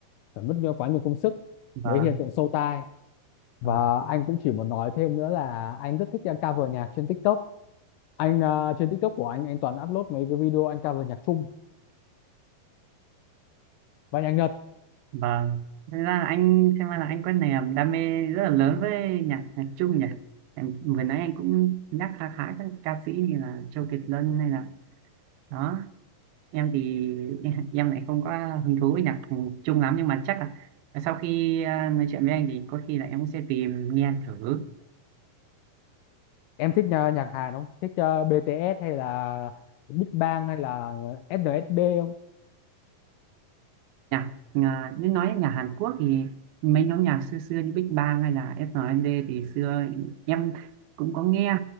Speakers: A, on the left; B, on the right.
A: phải mất nhiều- quá nhiều công sức
B: vâng
A: đấy hiện tượng sâu tai và
B: vâng
A: anh cũng chỉ muốn nói thêm nữa là anh rất thích cover nhạc trên TikTok anh à, trên TikTok của anh anh toàn upload mấy cái video anh cover nhạc Trung và nhạc Nhật
B: vâng thế ra là anh xem ra là anh có niềm đam mê rất là lớn với nhạc nhạc Trung nhỉ em vừa nãy anh cũng nhắc khá khá các ca sĩ như là Châu Kiệt Luân hay là đó em thì <laughs> em em lại không có hứng thú với nhạc Trung lắm nhưng mà chắc là sau khi à, nói chuyện với anh thì có khi là em cũng sẽ tìm nghe thử
A: em thích ờ, nhạc Hàn không thích ờ, BTS hay là Big Bang hay là SNSD không
B: nhạc à, nếu nói nhà Hàn Quốc thì mấy nhóm nhạc xưa xưa như Big Bang hay là SNSD thì xưa em cũng có nghe